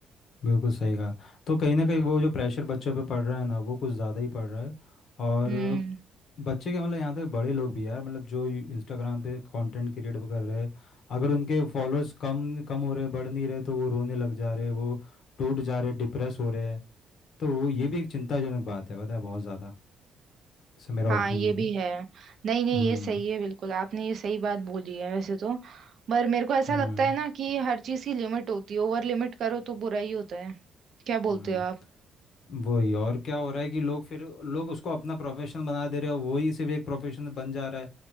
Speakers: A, on the left; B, on the right.
A: बिल्कुल सही कहा तो कहीं ना कहीं वो जो प्रेशर बच्चों पे पड़ रहा है ना वो कुछ ज़्यादा ही पड़ रहा है और
B: हम्म
A: बच्चे के मतलब यहाँ तक बड़े लोग भी यार मतलब जो इंस्टाग्राम पे कंटेंट क्रिएट कर रहे हैं अगर उनके फॉलोअर्स कम कम हो रहे बढ़ नहीं रहे तो वो रोने लग जा रहे हैं वो टूट जा रहे डिप्रेस हो रहे हैं तो वो- ये भी एक चिंताजनक बात है पता है बहुत ज़्यादा से मेरा
B: हाँ
A: ओपिनियन
B: ये भी
A: है
B: है नहीं नहीं
A: हम्म
B: ये सही है बिल्कुल आपने ये सही बात बोली है वैसे तो पर मेरे को ऐसा
A: हम्म
B: लगता है ना कि हर चीज की लिमिट होती है ओवर लिमिट करो तो बुरा ही होता है क्या बोलते
A: हम्म
B: हो आप
A: वही और क्या हो रहा है कि लोग फिर लोग उसको अपना प्रोफेशन बना दे रहे हो वही सिर्फ एक प्रोफेशन बन जा रहा है